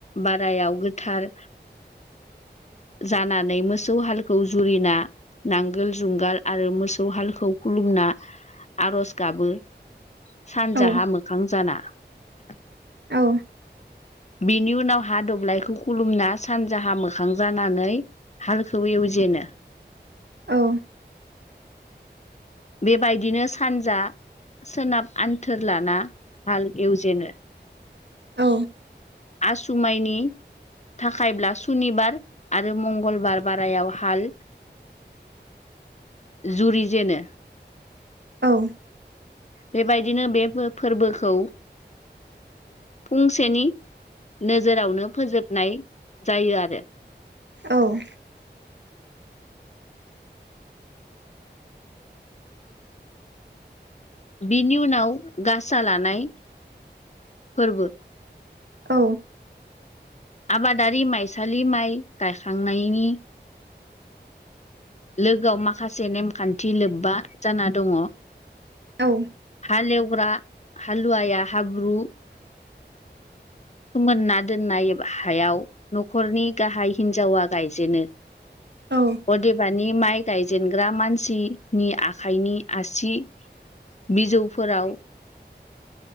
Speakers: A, on the left; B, on the right.
A: बारायाव गो थार जानानै मोसौ हालखौ जुरिना नांगोल जुंगाल आरो मोसौ हालखौ खुलुमना आर'ज गाबो सानजाहा
B: औ
A: मोखां जाना ।
B: औ
A: बिनि उनाव हा दब्लायखौ खुलुमना सानजाहा मोखां जानानै हालखौ एवजे नो ।
B: औ
A: बेबायदिनो सानजा सोनाब आन्थोर लाना हाल एवजेनो ।
B: औ
A: आसुमाइनि थाखायब्ला सुनिबार आरो मंगलबार बारायाव हाल जुरि जेनो ।
B: औ
A: बेबायदिनो बे फोर-फोरबोखौ फुंसेनि नोजोरावनो फोजोबनाय जायो आरो ।
B: औ
A: बिनि उनाव गासा लानाय फोरबो ।
B: औ
A: आबादारि माइसालि माइ गायखांनायनि लोगोआव माखासे नेमखान्थि लोब्बा जाना दङ ।
B: औ
A: हालेवग्रा हालुवाया हाब्रु फोमोनना दोननाय हायाव न'खरनि गाहाय हिन्जावा गायजेनो ।
B: औ
A: अदेबानि माइक गायजेनग्रा मानसिनि आखाइनि आसि बिजौफोराव